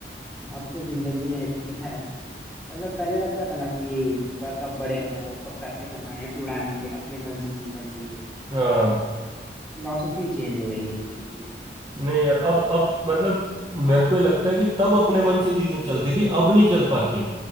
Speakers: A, in the centre; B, on the right.
A: अब तो जिंदगी ने हिट किया है मतलब पहले रहता था ना कि ब- कब बड़े हों कब पैसे कमाएं उड़ाएं अपने मन से जीवन जिए
B: हाँ
A: फिलोसफी चेंज हो गई है पूरी की पूरी
B: नहीं यार अब अब मतलब मेरे को ये लगता है कि तब अपने मन से चीजें चलती थी अब नहीं चल पाती